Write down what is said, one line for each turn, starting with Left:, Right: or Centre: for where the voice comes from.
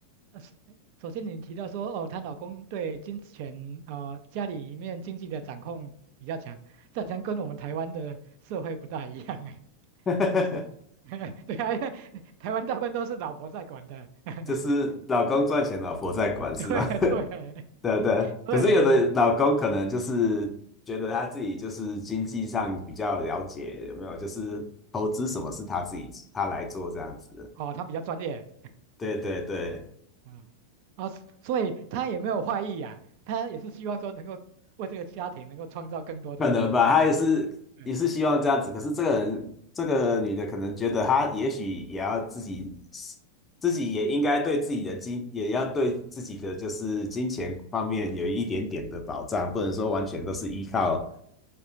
Right: 呃，是首先您提到说，哦，她老公对金钱，呃，家里面经济的掌控比较强，这好像跟我们台湾的社会不大一样，哎，
Left: <laughs>
Right: 是不是？<laughs> 对啊，因为台湾大部分都是老婆在管的，<laughs>
Left: 就是老公赚钱，老婆在管，是吗？
Right: 对对，
Left: <laughs> 对对。
Right: 所以。
Left: 可是有的老公可能就是觉得他自己就是经济上比较了解，有没有？就是投资什么是他自己他来做这样子。
Right: 嗯哦，他比较专业，
Left: 对对对，
Right: 嗯，啊、所以他也没有坏意呀、他也是希望说能够为这个家庭能够创造更多的，
Left: 可能吧，他也是也是希望这样子。
Right: 对，哎
Left: 可是这个人这个女的可能觉得她也许也要自己
Right: 哎
Left: 自己也应该对自己的金，也要对自己的就是金钱方面有一点点的保障，不能说完全都是依靠